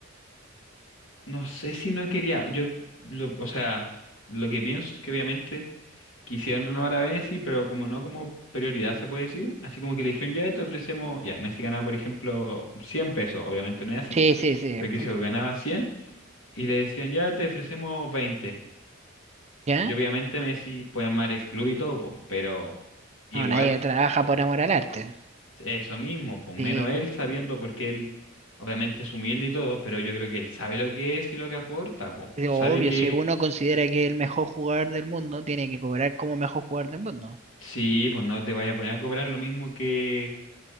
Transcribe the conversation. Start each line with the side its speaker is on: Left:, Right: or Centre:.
Left: No sé si no quería. Yo, lo- o sea, lo que pienso es que obviamente quisieron renovar a Messi, pero como no como prioridad se puede decir. Así como que le dijeron, ya te ofrecemos. Ya, Messi ganaba, por ejemplo, 100 pesos. Obviamente no es así.
Right: Sí, sí, sí.
Left: Pero que
Right: pu-
Left: se ganaba 100 y le decían, ya te ofrecemos veinte
Right: ¿Ya?
Left: Yo obviamente Messi puede amar el club y todo, po, pero igual
Right: No, nadie trabaja
Left: este,
Right: por amor al arte.
Left: eso mismo, pues menos
Right: Sí,
Left: él
Right: pu.
Left: sabiendo porque él obviamente es humilde y todo, pero yo creo que él sabe lo que es y lo que aporta, pues.
Right: Es
Left: Sabe
Right: obvio,
Left: que
Right: si uno considera que es el mejor jugador del mundo, tiene que cobrar como mejor jugador del mundo.
Left: sí, pues no te vaya a poner a cobrar lo mismo que,